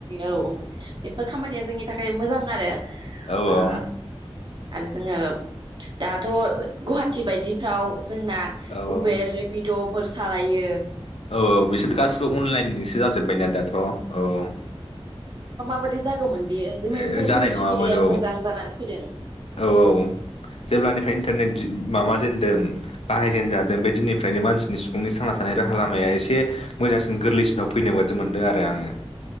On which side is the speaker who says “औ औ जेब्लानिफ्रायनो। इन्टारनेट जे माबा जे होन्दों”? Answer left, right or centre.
Left